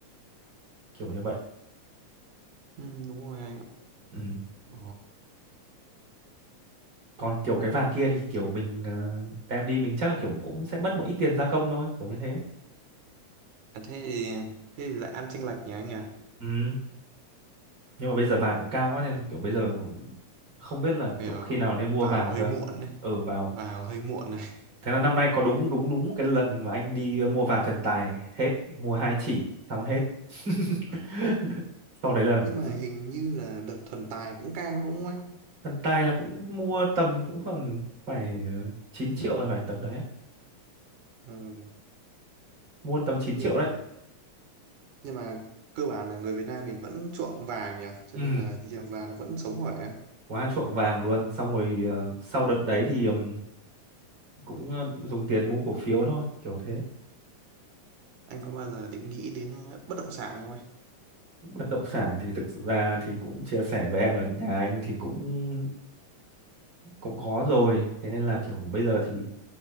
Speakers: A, on the right; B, on the right.
A: kiểu như vậy
B: Ừ, đúng rồi anh. ạ.
A: ừ.
B: Ờ,
A: Còn kiểu cái vàng kia thì kiểu mình ờ, đem đi mình chắc là kiểu cũng sẽ mất một ít tiền gia công thôi kiểu như thế
B: à, thế thì, thế thì lại ăn chênh lệch nhỉ anh nhỉ?
A: ừ. Nhưng mà bây giờ vàng cũng cao quá nên kiểu bây giờ không biết là
B: Vào,
A: kiểu khi nào nên mua
B: vào
A: vào
B: hơi
A: cơ
B: muộn này,
A: ừ vào
B: vào hơi muộn này.
A: Thế là năm nay có đúng đúng đúng cái lần mà anh đi ờ, mua vàng thần tài hết, mua hai chỉ xong hết. <laughs> Sau đấy là
B: Nhưng mà
A: dự-
B: hình như là đợt thần tài cũng cao đúng không anh?
A: thần tài là cũng mua tầm cũng phần phải ờ, 9 triệu là phải tầm đấy.
B: Ừ,
A: Mua tầm 9
B: nhưng
A: triệu
B: mà
A: đấy.
B: nhưng mà cơ bản là người Việt Nam mình vẫn chuộng vàng nhỉ, cho
A: Ừ,
B: nên là thị trường vàng nó vẫn sống khỏe.
A: quá chuộng vàng luôn. Xong rồi ờ, sau đợt đấy thì ừm, cũng ờ, dùng tiền mua cổ phiếu thôi, kiểu thế.
B: Anh có bao giờ định nghĩ đến ờ, bất động sản không anh?
A: Bất động sản thì thực ra thì cũng chia sẻ với em là nhà anh thì cũng cũng có rồi. Thế nên là kiểu bây giờ thì